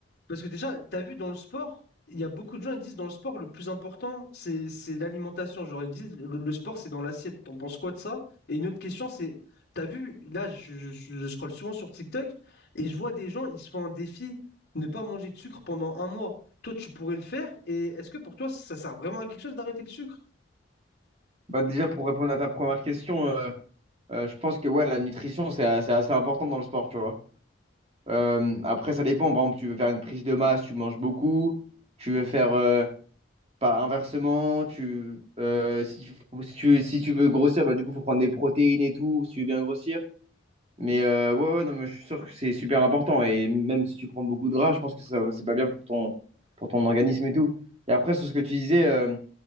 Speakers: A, on the left; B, on the right.
A: parce que déjà, t'as vu dans le sport, il y a beaucoup de gens qui disent dans le sport, le plus important, c'est c'est l'alimentation. Genre, ils disent le, le sport, c'est dans l'assiette. T'en penses quoi de ça? Et une autre question, c'est, t'as vu, là, je, je, je scrolle souvent sur TikTok et je vois des gens, ils se font un défi, ne pas manger de sucre pendant un mois. Toi, tu pourrais le faire. Et est-ce que pour toi, ça sert vraiment à quelque chose d'arrêter le sucre?
B: Bah, déjà, pour répondre à ta première question, euh, euh, je pense que ouais, la nutrition, c'est a- c'est assez important dans le sport, tu vois. Euh, après, ça dépend. Par exemple, tu veux faire une prise de masse, tu manges beaucoup. Tu veux faire euh, pas inversement. Tu, euh, si tu, si tu, si tu veux grossir, bah, du coup, faut prendre des protéines et tout, si tu veux bien grossir. Mais euh, ouais, ouais, non, mais je suis sûr que c'est super important. Et même si tu prends beaucoup de gras, je pense que ça, c'est pas bien pour ton, pour ton organisme et tout. Et après, sur ce que tu disais. euh,